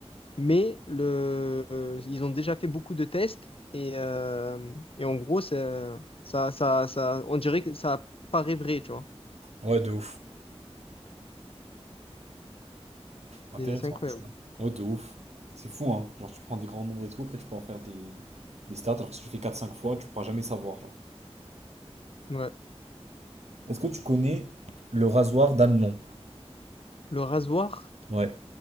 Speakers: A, on the left; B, on the right.
A: mais le, euh, ils ont déjà fait beaucoup de tests et, euh, et en gros, c'est- euh, ça, ça, ça, on dirait que ça paraît vrai, tu vois.
B: Ouais, de ouf. Intéressant.
A: Et C'est incroyable.
B: Ouais, de ouf. C'est fou, hein. Genre, tu prends des grands nombres et tout, après, tu peux en faire des, des stats, alors que si tu fais quatre cinq fois, tu pourras jamais savoir, genre.
A: Ouais.
B: Est-ce que tu connais le rasoir d'Anlon
A: Le rasoir
B: Ouais,